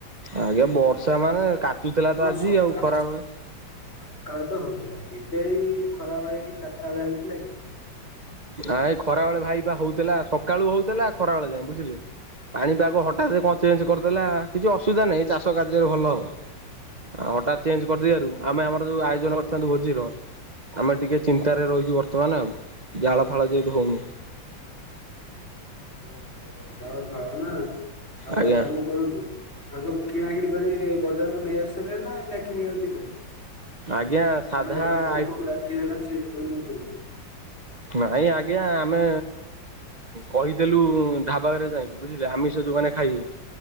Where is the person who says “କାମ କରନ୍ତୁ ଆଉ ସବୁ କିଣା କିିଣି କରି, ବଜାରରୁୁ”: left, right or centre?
Left